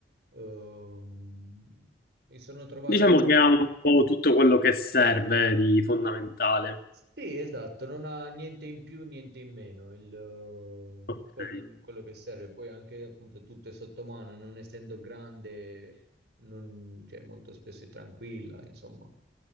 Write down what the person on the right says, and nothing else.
ehm, mi sono trovato
Sì, esatto, non ha niente in più, niente in meno, il, eh,
quel- quello che serve. Poi anche appunto tutto è sotto mano, non essendo grande, non- cioè, molto spesso è tranquilla, insomma.